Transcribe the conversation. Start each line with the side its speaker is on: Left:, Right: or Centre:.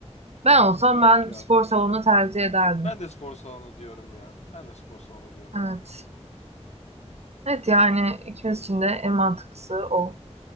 Right: Ben olsam
Left: Yok
Right: ben
Left: ya
Right: spor
Left: bence
Right: salonunu
Left: de.
Right: tercih ederdim.
Left: Ben de spor salonu diyorum ya. Ben de spor salonu diyorum
Right: Evet.
Left: valla.
Right: Evet yani ikimiz için de en mantıklısı o.